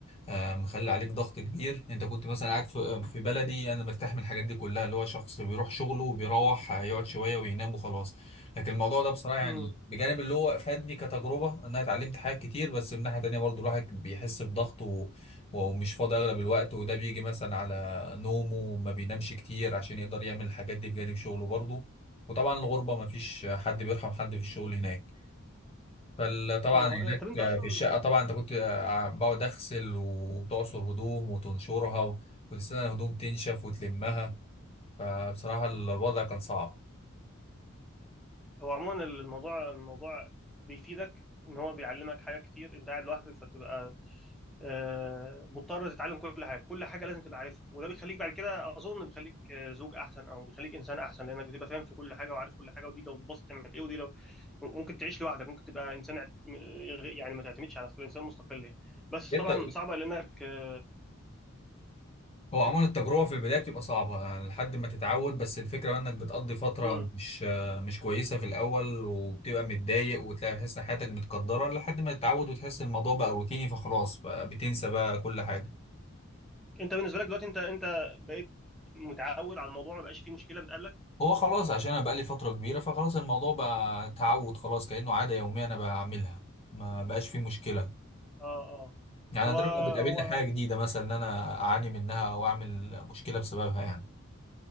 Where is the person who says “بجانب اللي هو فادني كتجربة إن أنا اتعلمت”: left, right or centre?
Left